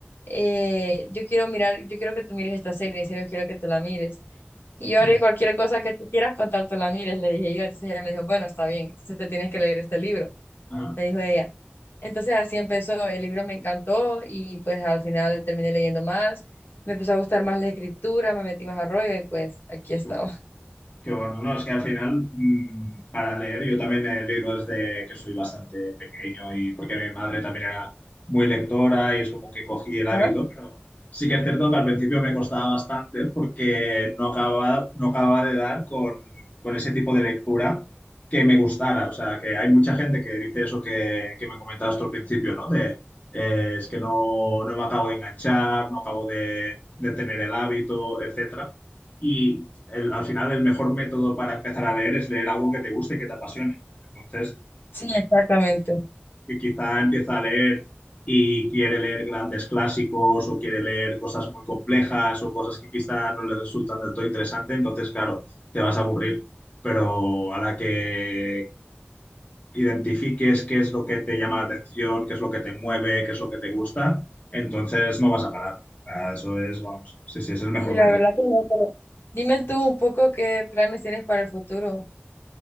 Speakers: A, on the left; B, on the left.
A: eh, yo quiero mirar, yo quiero que tú mires esta serie, en serio quiero que tú la mires. Y yo
B: Vale.
A: haré cualquier cosa que tú quieras contar, tú la mires, le dije yo. Entonces ella me dijo, bueno, está bien, entonces te tienes que leer este libro
B: Ajá.
A: me dijo ella. Entonces así empezó, el libro me encantó y pues al final terminé leyendo más, me empezó a gustar más la escritura, me metí más a rollo y pues aquí estaba.
B: Qué bueno. Qué bueno, no, es que al final mm, para leer yo también he leído desde que soy bastante pequeño y porque mi madre también era muy lectora y es como que cogí el hábito,
A: Ah,
B: pero sí que es cierto que al principio me costaba bastante porque no acababa, no acababa de dar con, con ese tipo de lectura que me gustara. O sea, que hay mucha gente que dice eso que, que me comentabas tú al principio, ¿no? De eh, es que no, no me acabo de enganchar, no acabo de, de tener el hábito, etcétera. Y el- al final el mejor método para empezar a leer es leer algo que te guste y que te apasione. Entonces,
A: Sí, exactamente.
B: que quizá empieza a leer y quiere leer grandes clásicos o quiere leer cosas muy complejas o cosas que quizá no le resultan del todo interesante, entonces, claro, te vas a aburrir. Pero a la que identifiques qué es lo que te llama la atención, qué es lo que te mueve, qué es lo que te gusta, entonces no vas a parar. O sea, Eso es, vamos, sí, sí, ese es el mejor
A: Y la
B: método.
A: verdad que no, pero... Dime tú un poco qué planes tienes para el futuro.